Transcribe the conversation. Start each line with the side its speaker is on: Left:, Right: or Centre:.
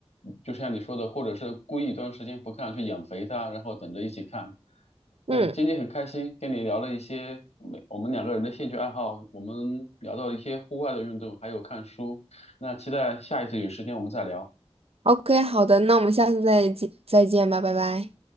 Left: 就像你说的，或者是故意一段时间不看，去养肥它，然后等着一起看。
Right: 嗯
Left: 对，今天很开心跟你聊了一些每我们两个人的兴趣爱好，我们聊到了一些户外的运动，还有看书。那期待下一次有时间我们再聊。
Right: ，OK，好的，那我们下次再见再见吧，拜拜。